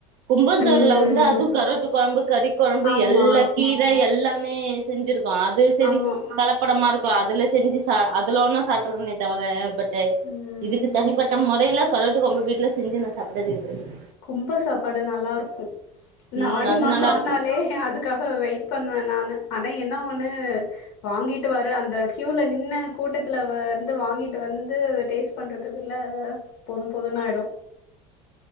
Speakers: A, on the right; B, on the left.
A: பொங்கசோர்ல
B: ம்
A: வந்து அது கருவாட்டு கொழம்பு கறி கொழம்பு
B: ஆமா
A: எல்லா கீர எல்லா மே செஞ்சிருக்கோ அது செரி
B: ஆமா
A: கல ப்படமா இருக்கு அதுல செஞ்சி சா அதுல வேனா சாப்ட்ருக்கனே தவரே பட் டு
B: ம்
A: இதுக்கு தனிப்பட்ட மொறைல கருவாட்டு கொழம்பு வீட்ல செஞ்சி நா சாப்ட்டதே கெடையாது
B: கும்ப சாப்பாடு நல்லாருக்கு இந்த
A: ம்
B: ஆடி
A: அது
B: மாசோ
A: நல்லா
B: ஆனாலே
A: இருக்கு
B: அதுக்காக வெய் பண்ணுவே நானு ஆனா என்ன ஒண்ணு வாங்கிட்டு வர அந்த கியூல நின்ன கூட்டத் துல வந்து வாங்கிட்டு வந்து டேஸ்ட் பண்றதுக்குள்ள போது போதுன் ஆயிடு